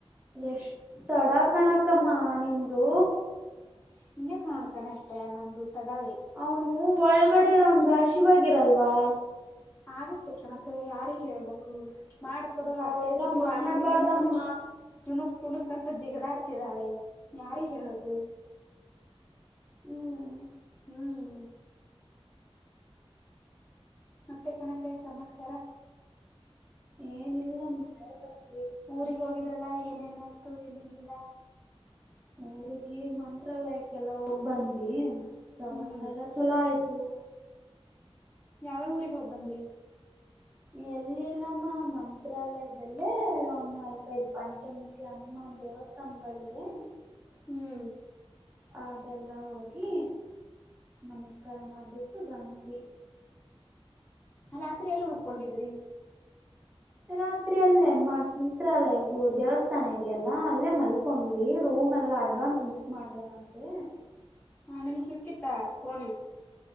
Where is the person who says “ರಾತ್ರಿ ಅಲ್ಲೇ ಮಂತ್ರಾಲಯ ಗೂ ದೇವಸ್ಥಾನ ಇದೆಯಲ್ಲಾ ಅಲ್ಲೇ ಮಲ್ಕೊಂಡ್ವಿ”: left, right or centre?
Right